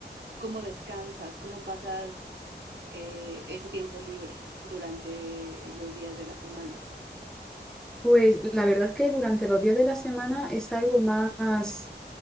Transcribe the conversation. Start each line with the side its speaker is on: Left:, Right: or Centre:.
Right: ¿cómo descansas? ¿Cómo pasas eh, ese tiempo libre durante los días de la semana?
Centre: Pues la verdad es que durante los días de la semana es algo más,